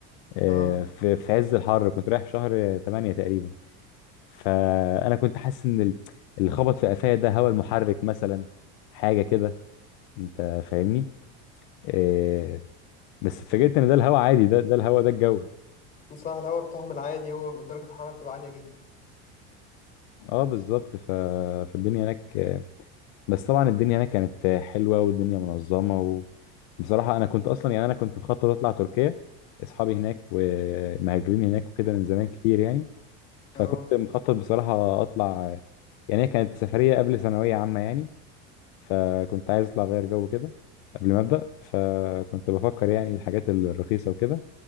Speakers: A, on the left; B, on the left.
A: آه،
B: آه.
A: في في عز الحر كنت رايح في شهر 8 تقريبا فانا كنت حاسس ان ال- اللي خبط في قفايا ده هوا المحرك مثلا حاجه كده انت فاهمني آه، بس اتفاجئت ان ده الهوا عادي ده ده الهوا ده الجو
B: صح الهوا بتاعهم العادي هو درجة الحرارة بتبقى عالية جدا
A: اه بالظبط ف... فالدنيا هناك بس طبعا الدنيا هناك كانت حلوه والدنيا منظمه وبصراحه انا كنت اصلا يعني انا كنت مخطط اطلع تركيا اصحابي هناك ومهاجرين هناك وكده من زمان كتير يعني فكنت
B: اه
A: مخطط بصراحه اطلع يعني هي كانت سفريه قبل ثانويه عامه يعني فكنت عايز اطلع غير جو كده قبل ما ابدا فكنت بفكر يعني الحاجات الرخيصه وكده